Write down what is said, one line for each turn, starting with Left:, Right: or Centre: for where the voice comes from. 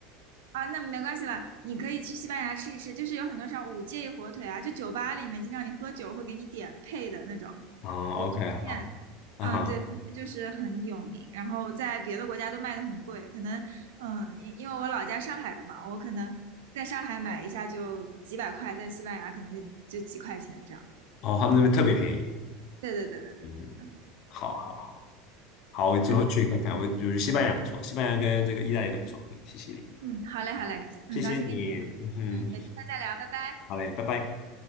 Right: 啊，那没关系了，你可以去西班牙吃一吃，就是有很多像五戒火腿啊，就酒吧里面经常你喝酒会给你点配的那种
Left: 啊，OK，
Right: 火腿片，
Left: 好，啊哈。
Right: 嗯，对，那就是很有名，然后在别的国家都卖的很贵，可能，嗯，因因为我老家上海的嘛，我可能在上海买一下就几百块，在西班牙可能就就几块钱这样，
Left: 哦，
Right: 嗯，
Left: 他们那边特别便宜。
Right: 对对对对对，
Left: 嗯，好，好，好，好，我之后去看看。
Right: <laughs>
Left: 我就是西班牙不错，西班牙跟这个意大利都不错，嗯，谢谢你
Right: 嗯，好嘞好嘞，
Left: 好，
Right: 很高兴跟你聊，
Left: 谢谢你，嗯哼，
Right: 嗯，有机会再聊，拜拜。
Left: 好嘞，拜拜。